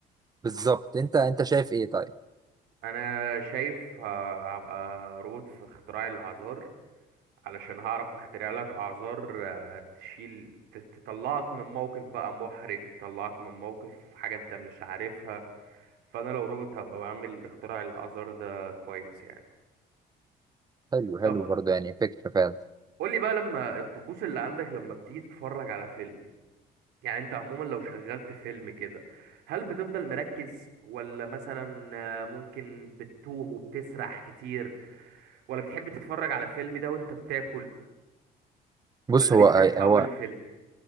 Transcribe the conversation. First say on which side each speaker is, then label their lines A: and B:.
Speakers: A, on the right (about 25°); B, on the right (about 85°).
A: بالظبط انت انت شايف ايه طيب
B: انا شايف ه- هبقى روبوت في اختراع الاعذار علشان هعرف اخترع لك اعذار آه، تشيل ت- تطلعك من موقف بقى محرج تطلعك من موقف حاجة انت مش عارفها فانا لو روبوت هبقى بعمل اختراع الاعذار ده كويس يعني
A: حلو حلو
B: طب
A: برضه يعني فكره فعلا
B: قولي بقى لما الطقوس اللي عندك لما بتيجي تتفرج على فيلم يعني انت عموما لو شغلت فيلم كده هل بتفضل مركز ولا مثلا آه، ممكن بتتوه وبتسرح كتير ولا بتحب تتفرج على فيلم ده وانت بتاكل
A: بص
B: ولا
A: هو
B: بتنام في
A: هو
B: اول الفيلم